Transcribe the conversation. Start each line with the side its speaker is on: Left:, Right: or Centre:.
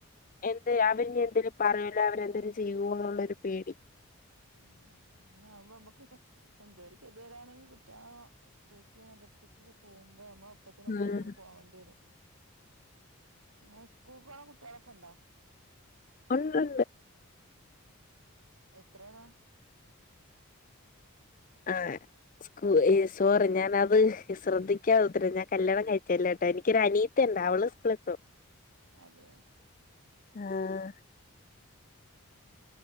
Left: എന്ത് അവരി എന്തേലും പറൂല അവരെ എന്തേലും ചെയ്യുവോ എന്നുള്ളൊരു പേടി <unintelligible>
Right: ആഹ് അങ്ങനെ ആകുമ്പോ നമ്മുക്ക് എന്തോ കെതിരായാണെ കുട്ടാ സ്കൂർശക്ക പോകുമ്പോ നമ്മ അപ്പത്തിനപ്പം
Left: ആഹ്
Right: നമ്മള് പോകേണ്ടി വരും പിന്നെ സ്കൂൾക്കണ കുട്ടികളൊക്കെ ഇണ്ടോ
Left: ഒണ്ട്
Right: എത്രയാ
Left: ആ് സോറി ഞാനത് ശ്രദ്ധിക്കത്തിെ ഞാൻ കല്യാണം കഴിച്ചല്ലേട്ട എനിക്കൊ ഒരു അനീത്ത ഉണ്ട് അവള് സ്കൂളക്ക
Right: അതെ
Left: ആഹ